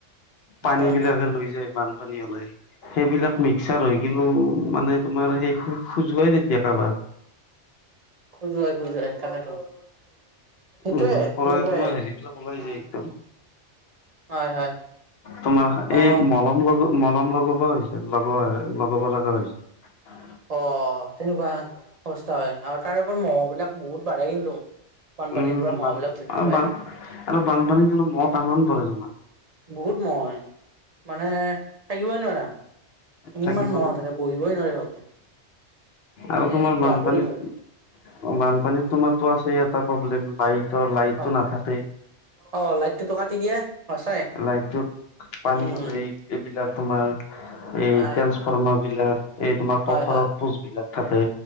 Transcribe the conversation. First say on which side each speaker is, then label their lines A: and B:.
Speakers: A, on the left; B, on the right.
A: পানী
B: হয়
A: বিলাকে
B: হয় হয়
A: লৈ যায় বানপানী হলে সেইবিলাক মিক্সাৰ হৈ কিন্তু মানে তোমাৰ সেই খোজ খোজুৱাই তেতিয়া কাৰোবাৰ
B: খোজুৱাই খোজুৱাই তাকেতো সেইটয়ে
A: উম পৰা
B: সেনেকুৱাই
A: তোমাৰ
B: অ',
A: হেৰি বিলাক ওলাই যায় একদম
B: হয় হয়
A: তোমাৰ
B: অ
A: এই মলম <unintelligible> মলম লগাব হৈছে লগোৱা লগাব লগা হৈছে
B: অ', েনেকুৱা অৱস্থা হয় আৰু তাৰে ওপৰত মহ'হ বিলাক বহুত বাঢ়ে কিন্তু বানপানীৰ
A: উম
B: পৰা মহ
A: বান
B: বিলাক বৃদ্ধি পায়
A: বান আৰু বানপানী কিু মহ তামান পৰে তোমাৰ
B: বহুত মহ মানে থাকিবই নোৱাৰা
A: থাকিব
B: ইমান ম
A: নোৱাৰে।
B: থাকে বহিবই নোৱাৰি ভালকে মানে
A: আৰু তোমাৰ
B: কিবা
A: বানপানীত
B: আগুৰি ধৰে
A: বানপানীত তোমাৰটো আছে এটা প্ৰব্লেম লাইটৰ লাইটটো
B: হয়
A: নাথাকে
B: অ লাইটটোতো কাটি দিয়ে সঁচাই
A: লাইটত পানী
B: উম
A: হলে এইবিলাক তোমাৰ এই
B: হয়
A: ট্ৰেসফ্মাৰ বিলাক এই তোমাৰ
B: হয়
A: পথাৰত
B: হয়
A: পোজবলাক থাকে